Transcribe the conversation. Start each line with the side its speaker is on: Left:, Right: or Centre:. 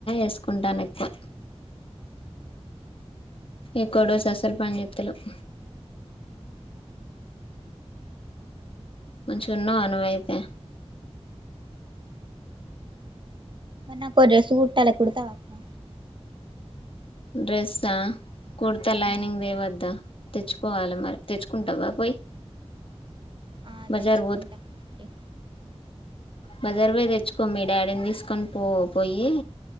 Left: ఎసుకుంటాన ఎక్కువ. ఎక్కడోస అసల్ పంజేస్థలేవ్. మంచిగా ఉన్నావు నువ్వు అయితే.
Right: నాకో డ్రెస్ కుట్టాలే కుడతావా.
Left: డ్రెస్ ఆ. కొడతా లైనింగ్
Right: ఆ
Left: దేవదా. తెచ్చుకోవాలె మరి తెచ్చుకుంటావా పోయి.
Right: ఆ
Left: బజార్
Right: తెచ్చుకుంటాండి.
Left: బజారు పోయి తెచ్చుకో మీ డాడీ ని తీసుకొని పో పోయి